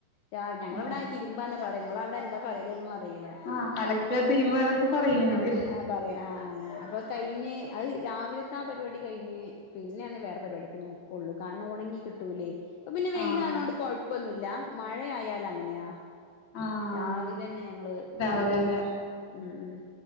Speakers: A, on the left (about 80°); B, on the left (about 40°).
A: രാ ഞങ്ങളവിടെ
B: ആഹ്
A: തിരുമ്പ ന്നാ പറയ നിങ്ങള് അവിടെന്താ പറല് ഒന്നും റിയില്ല
B: ആഹ് അലക്ക തിരുമ്മ അതൊക്കെ പറയും ഞങ്ങള്
A: ആ പറയ് അ ഞാൻ കയിഞ്ഞ് അത് രാവിലത്തെ ആ പരിപാടി കഴിഞ്ഞ് പിന്നെയാണ് വേറെ പരിപാടിക്ക് നോക്കുള്ളു കാരണം ഉണങ്ങി കിട്ടൂലേ ഇപ്പൊ പിന്നെ വെയിലാന്നൊണ്ട്
B: ആഹ്
A: കൊഴപ്പൊന്നുല്ല മഴയയാൽ അങ്ങനെയാ
B: ആഹ്
A: രാവിലെന്നെ ഞങ്ങള്
B: രാവിലെ
A: പിന്നെ
B: തന്നെ
A: തുരുമ്പും ഉം ഉം